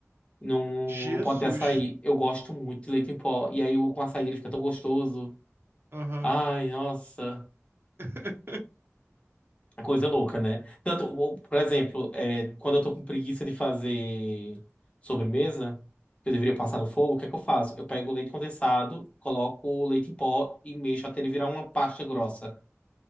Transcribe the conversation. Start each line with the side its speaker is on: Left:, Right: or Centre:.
Left: num,
Right: Jesus.
Left: num pote de açaí. Eu gosto muito de leite em pó. E aí, o- com açaí, ele fica tão gostoso.
Right: Aham.
Left: Ai, nossa.
Right: <laughs>
Left: Coisa louca, né? Tanto, o- por exemplo, é, quando eu tô com preguiça de fazer sobremesa, que eu deveria passar no fogo, o que é que eu faço? Eu pego o leite condensado, coloco o leite em pó e mexo até ele virar uma pasta grossa.